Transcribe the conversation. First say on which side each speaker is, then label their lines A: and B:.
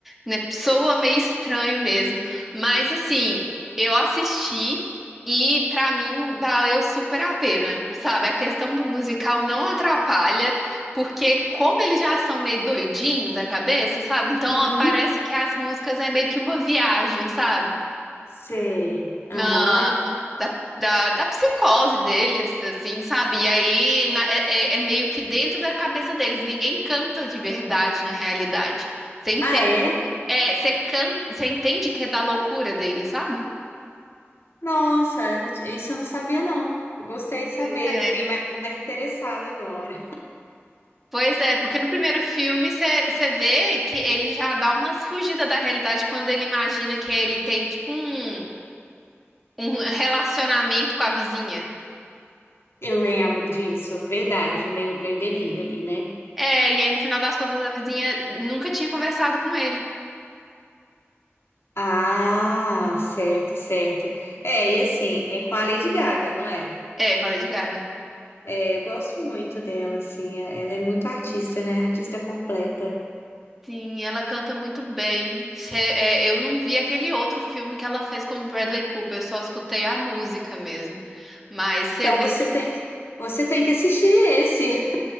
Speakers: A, in the centre; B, on the left (about 70°).
A: né, soa meio estranho mesmo. Mas assim, eu assisti e pra mim valeu super a pena, sabe? A questão do musical não atrapalha, porque como eles já são meio doidinho da cabeça, sabe? Então
B: Uhum,
A: ah, parece que as músicas é meio que uma viagem, sabe?
B: sei,
A: Na-
B: aham.
A: da, da, da psicose deles, assim, sabe? E aí na- é, é- é meio que dentro da cabeça deles. Ninguém canta de verdade na realidade. Você entende
B: Ah, é?
A: que é, você canta, você entende que é da loucura deles, sabe?
B: Nossa, eu não- isso eu não sabia não, eu gostei de saber,
A: Pois
B: eu
A: é.
B: fiquei mais mais interessada agora.
A: Pois é, porque no primeiro filme você vê que ele já dá umas fugidas da realidade quando ele imagina que ele tem, tipo, um. um relacionamento com a vizinha.
B: Eu lembro disso, verdade, meio, meio delírio ali, né?
A: É, e aí no final das contas a vizinha nunca tinha conversado com ele.
B: Ah, certo, certo. É, e assim, é com a Lady Gaga, não é?
A: É, com a Lady Gaga.
B: É, eu gosto muito dela, assim, é- ela é muito artista, né? Artista completa.
A: Sim, ela canta muito bem. Cê- é, eu não vi aquele outro filme que ela fez com o Bradley Cooper, só escutei a música mesmo. Mas você
B: Então
A: vê
B: você
A: que
B: tem que, você tem que assistir esse.